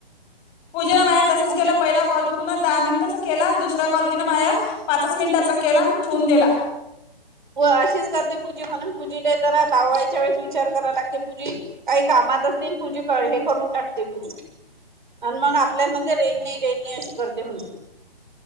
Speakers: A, on the left; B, on the right.
A: पूजेला ना माय तसंच
B: पूजी
A: केला पहिला कॉल. पूर्ण दहा मिनिटचा केला दुसरा कॉ. माझ पाचच मिनिटाचा केला. ठेवून दिला.
B: अशीच करते पूजी म्हणून पूजीला जरा लावायच्या वेळेस विचार करायला लागते पूजी काही कामात असते पूजी हे करून टाकते पूजी आणि मग आपल्यामध्ये रेण नाही रेणनी अशी करते म्हणते.